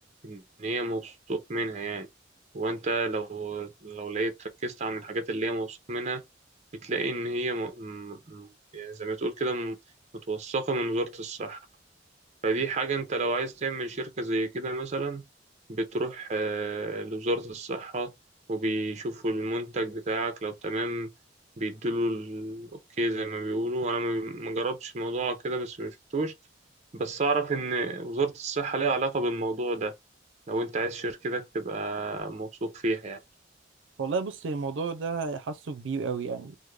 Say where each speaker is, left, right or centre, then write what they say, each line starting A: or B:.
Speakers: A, on the right; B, on the right.
A: ان هي موثوق منها يعني وانت لو لو لقيت ركزت عن الحاجات اللي هي موثوق منها بتلاقي إن هي م... م... يعني زي ما تقول كده م... متوثقة من وزارة الصحة فدي حاجة أنت لو عايز تعمل شركة زي كده مثلا بتروح آه، لوزارة الصحة وبيشوفوا المنتج بتاعك لو تمام بيدوله الأوكي زي ما بيقولوا أنا ما ما جربتش الموضوع كده بس ما شفتوش بس أعرف إن وزارة الصحة ليها علاقة بالموضوع ده لو أنت عايز شركتك تبقى موثوق فيها يعني
B: والله بص الموضوع ده حاسه كبير قوي يعني